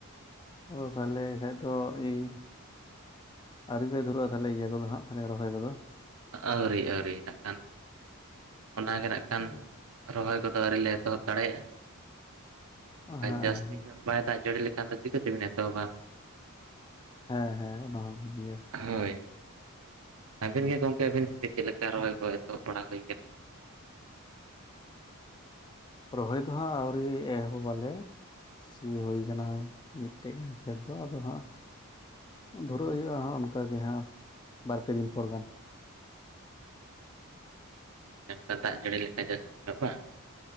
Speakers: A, on the left; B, on the right.
A: ᱟᱫᱚ ᱛᱟᱦᱞᱮ ᱠᱷᱟᱡ ᱫᱚ ᱤᱧ ᱟᱣᱨᱤᱯᱮ ᱫᱷᱩᱨᱟᱹᱜᱼᱟ ᱛᱟᱦᱚᱞᱮ ᱤᱭᱟᱹ ᱠᱚᱫᱚ ᱦᱟᱸᱜ ᱠᱷᱟᱱᱤ ᱨᱚᱦᱚᱭ ᱠᱚᱫᱚ
B: ᱟᱹᱣᱨᱤ ᱟᱹᱣᱨᱤ ᱱᱟᱜ ᱠᱷᱟᱱ ᱚᱱᱟᱜᱮ ᱱᱟᱜ ᱠᱷᱟᱱ
A: ᱦᱩᱸ
B: ᱨᱚᱦᱚᱭ ᱠᱚᱫᱚ ᱟᱹᱨᱤ ᱞᱮ ᱮᱛᱚᱦᱚᱵ ᱫᱟᱲᱮᱭᱟᱜᱼᱟ
A: ᱦᱮᱸ
B: ᱡᱟᱹᱥᱛᱤ ᱧᱚᱜ ᱵᱟᱭ ᱫᱟᱜ ᱡᱟᱹᱲᱤ ᱞᱮᱠᱷᱟᱱ ᱫᱚ ᱪᱤᱠᱟᱹ ᱛᱮᱵᱤᱱ ᱮᱛᱚᱦᱚᱵ ᱟ
A: ᱦᱮᱸ ᱦᱮᱸ ᱚᱱᱟ ᱦᱚᱸ ᱠᱟᱱ ᱜᱮᱭᱟ
B: ᱦᱳᱭ ᱟᱫᱚ ᱟᱹᱵᱤᱱ ᱜᱮ ᱜᱚᱢᱠᱮ ᱟᱹᱵᱤᱱ ᱥᱮᱫ ᱪᱮᱫ ᱞᱮᱠᱟ ᱨᱚᱦᱚᱭ ᱠᱚ ᱮᱛᱚᱦᱚᱵ ᱵᱟᱲᱟ ᱦᱩᱭᱠᱟᱱᱟ ᱥᱮ
A: ᱨᱚᱦᱚᱭ ᱫᱚᱦᱟᱸᱟᱜ ᱟᱹᱣᱨᱤ ᱮᱦᱚᱵ ᱵᱟᱞᱮ ᱥᱤ ᱦᱩᱭ ᱟᱠᱟᱱᱟ ᱢᱤᱫᱴᱮᱡ ᱜᱟᱱ ᱠᱷᱮᱛ ᱫᱚ ᱟᱫᱚ ᱦᱟᱸᱜ ᱫᱷᱩᱨᱟᱹ ᱦᱩᱭᱩᱜᱼᱟ ᱦᱟᱸᱜ ᱚᱱᱠᱟᱜ ᱜᱮ ᱦᱟᱸᱜ ᱵᱟᱨᱯᱮ ᱫᱤᱱ ᱯᱚᱨ ᱜᱟᱱ
B: ᱮᱝᱠᱟ ᱫᱟᱜ ᱡᱟᱹᱲᱤ ᱞᱮᱠᱷᱟᱡ ᱡᱟᱹᱥᱛᱤ ᱧᱚᱜ ᱵᱟᱝ